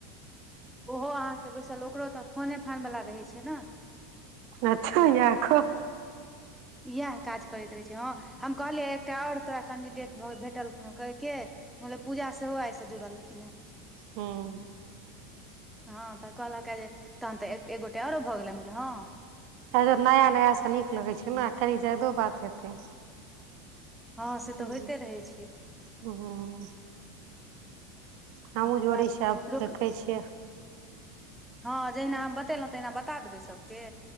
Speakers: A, in the centre; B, on the right (about 60°).
A: ओहो अहाँके बैसल ओकरो तऽ फोने फानवाला रहै छै नै
B: अच्छा य आखो
A: यैह काज करैत रहै छै हँ हम कहलियै एकटा और तोरा कैंडिडेट भअ भेटल हं कहि केअ हम कहलियनि पूजा सेहो आयल तऽ जोड़लखिन ह
B: हँ
A: हँ तऽ कहलक जे तहन तऽ एक गोटे आरो भऽ गेलै हम कहलियनि जे हं
B: आओरो नया नयासँ नीक लगै छै ने कनि ज्यादो बात हेतै
A: हँ
B: हूँ
A: से तऽ होइते रहै छै
B: हूँ हमहूँ
A: बापरे
B: जोड़ै
A: बाप
B: छियै आब
A: रोक
B: देखै छियै
A: हँ जहिना हम बतेलहुँ तहिना बता देबै सभके